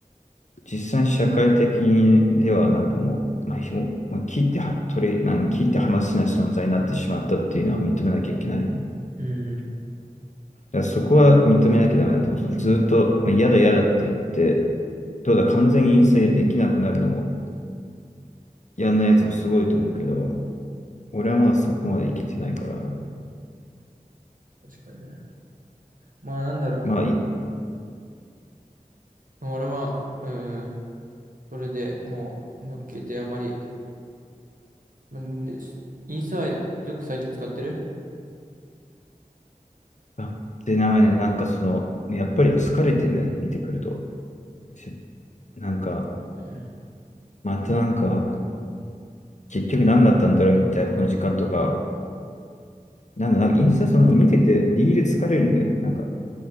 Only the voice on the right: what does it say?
うん。
確かにね。まあなんだろ
う。俺は、うん、それでもう乗っけてあんまり、まあねインスタはよく最近使ってる
ね